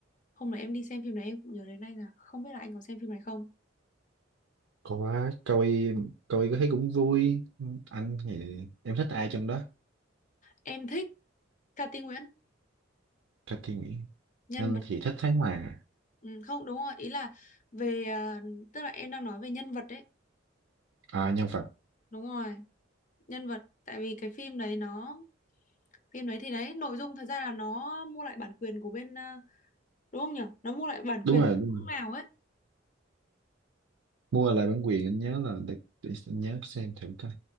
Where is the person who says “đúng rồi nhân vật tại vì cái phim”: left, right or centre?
Left